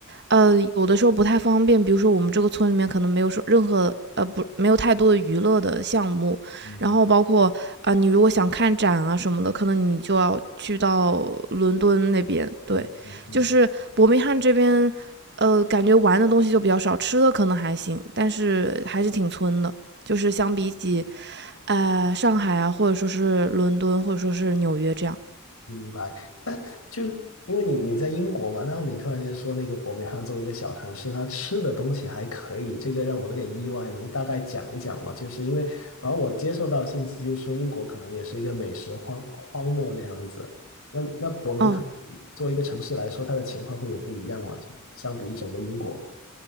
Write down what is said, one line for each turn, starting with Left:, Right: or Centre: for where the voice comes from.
Right: 呃，有的时候不太方便，比如说我们这个村里面可能没有说任何呃不没有太多的娱乐的项目。
Left: 嗯
Right: 然后包括啊、呃你如果想看展啊什么的，可能你就要去到伦敦那边。对，
Left: 是嗯嗯。
Right: 就是伯明翰这边，呃，感觉玩的东西就比较少，吃的可能还行，但是还是挺村的。就是相比起呃上海啊，或者说是伦敦，或者说是纽约这样。
Left: 明白，但就因为你你在英国嘛，然后你突然间说那个伯明翰作为一个小城市，它吃的东西还可以，这个让我有点意外，能大概讲一讲吗？就是因为反正我接受到的信息就是说英国可能也是一个美食荒荒漠那样子，那那伯明翰
Right: 嗯，
Left: 作为一个城市来说，它的情况会有不一样吗？就相比整个英国，